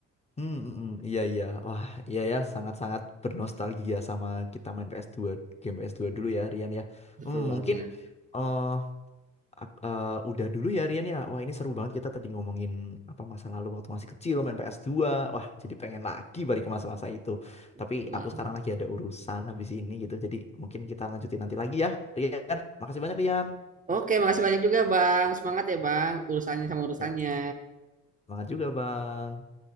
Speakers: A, on the left; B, on the right.
A: Hmm, mm, mm, iya, iya, wah, iya ya, sangat-sangat bernostalgia sama kita main ps dua, game ps dua dulu ya, Rian ya.
B: betul
A: Hmm,
B: banget
A: mungkin eh, Ak- eh, udah dulu ya Rian ya. Wah ini seru banget kita tadi ngomongin apa masa lalu waktu masih kecil main ps dua Wah jadi pengen lagi balik ke masa-masa itu.
B: betul
A: Tapi aku
B: banget
A: sekarang lagi ada urusan habis ini gitu. Jadi mungkin kita lanjutin nanti lagi ya Rian. Makasih banyak Rian.
B: oke makasih banyak juga bang semangat ya bang urusannya sama urusannya
A: Ya, semangat juga Bang.